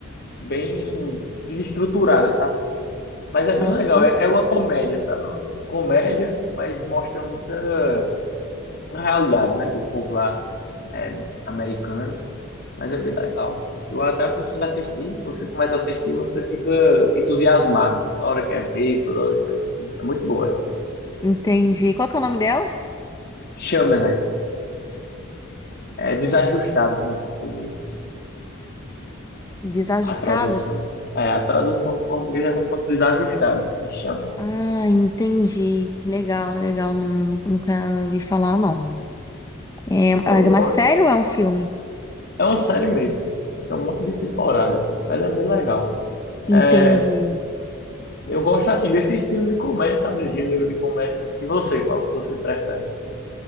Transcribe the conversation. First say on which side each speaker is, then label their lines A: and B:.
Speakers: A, on the left; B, on the left.
A: bem desestruturada, sabe? Mas é bem
B: Uhum.
A: legal, é, é uma comédia, sabe? Uma comédia, mas mostra muita realidade, né, do povo lá é, americano. Mas é bem legal. Eu até aconselho assistir, você começa a assistir, você fica entusiasmado. Toda hora quer ver, toda hora quer assistir. É muito boa ela.
B: Entendi. Qual que é o nome dela?
A: Shameless. é, desajustados no português,
B: Desajustados?
A: a tradução. É, a tradução para o português é como se fosse desajustados, é chama.
B: Ah, entendi. Legal, legal. Nun- Nunca ouvi falar, não. É, mas
A: Eu
B: é
A: go-
B: uma série ou é um filme?
A: É uma série mesmo, tem um monte de temporada, mas é bem legal. É,
B: Entendi.
A: eu gosto assim desse estilo de comédia, sabe, do gênero de comédia. E você, qual que você prefere?